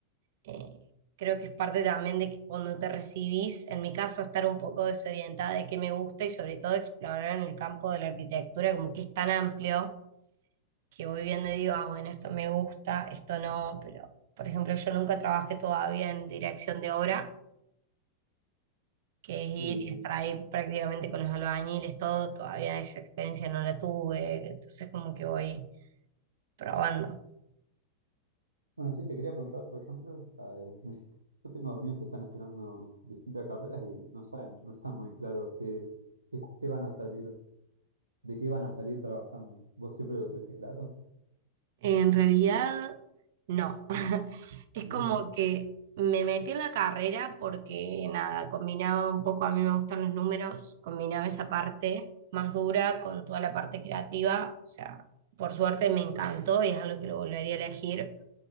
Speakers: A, on the right; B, on the right.
A: Eh, creo que es parte también de que cuando te recibís, en mi caso, estar un poco desorientada de qué me gusta y sobre todo explorar en el campo de la arquitectura, como que es tan amplio que voy viendo y digo, ah, bueno, esto me gusta, esto no, pero por ejemplo, yo nunca trabajé todavía en dirección de obra que es
B: Y,
A: ir y estar ahí prácticamente con los albañiles, todo, todavía esa experiencia no la tuve, entonces como que voy probando.
B: bueno, sí, te quería preguntar, por ejemplo, ¿sabes? yo tengo amigos que están estudiando distintas carreras y no saben, no están muy claros qué, qué, qué van a salir, de qué van a salir trabajando. ¿Vos siempre lo tuviste claro?
A: En realidad, no. <laughs> Es
B: <laughs>
A: como que me metí en la carrera porque nada, combinaba un poco, a mí me gustan los números, combinaba esa parte más dura con toda la parte creativa, o sea, por suerte me encantó y es algo que lo volvería a elegir